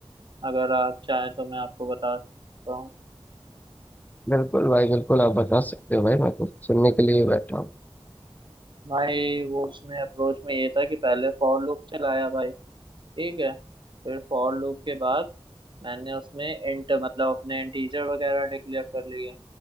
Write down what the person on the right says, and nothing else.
अगर आप चाहें तो मैं आपको बता सकता हूँ
भाई वो उसमें अप्रोच में ये था कि पहले फॉर लूप चलाया भाई ठीक है फिर फॉर लूप के बाद मैंने उसमें इंट मतलब अपने इंटीजर वगैरह डिक्लेयर कर लिए